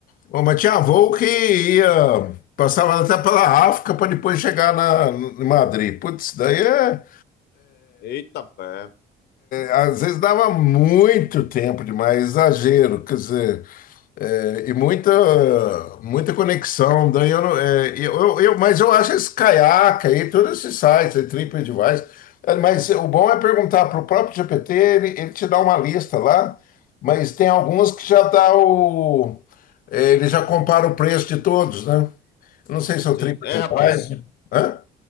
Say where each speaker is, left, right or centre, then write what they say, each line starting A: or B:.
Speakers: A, on the left (about 55°); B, on the left (about 70°).
A: Bom, mas tinha voo que ia, passava até pela África para depois chegar na, em Madrid. Putz, daí é.
B: Eita pé.
A: Às vezes dava muito tempo demais, exagero, quer dizer, é, e muita, muita conexão. Daí eu, não- é, eu, eu- mas eu acho esse caiaca aí, todos esses sites, aí, TripAdvisor. é, Mas o bom é perguntar para o próprio GPT, ele, ele te dá uma lista lá, mas tem alguns que já dá o. é, ele já compara o preço de todos, né? Eu não sei se é o
B: Sim.
A: TripAdvisor.
B: É, rapaz.
A: Hã?